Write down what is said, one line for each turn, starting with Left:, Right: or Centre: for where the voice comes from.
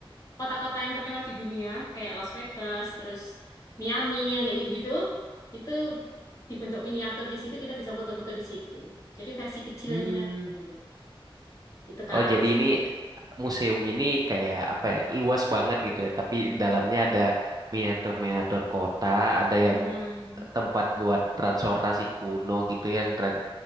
Left: kota-kota yang terkenal di dunia, kayak Las Vegas, terus Miami yang kayak gitu-gitu. Itu dibentuk miniatur di situ kita bisa foto-foto di situ. Jadi versi kecilnya
Right: Hmm.
Left: Hmm, gitu Kak.
Right: Oh, jadi ini museum ini kayak apa ya? Luas banget gitu ya, tapi dalamnya ada miniatur-miniatur kota, ada
Left: Hmm,
Right: yang tempat buat transportasi kuno gitu yang tra-